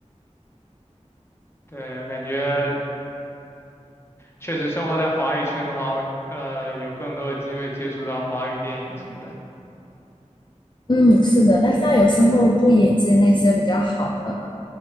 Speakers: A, on the left; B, on the left.
A: 对，感觉确实生活在华语圈的话，呃，有更多的机会接触到华语电影什么的。
B: 嗯，是的，但是他有时候不引进那些比较好的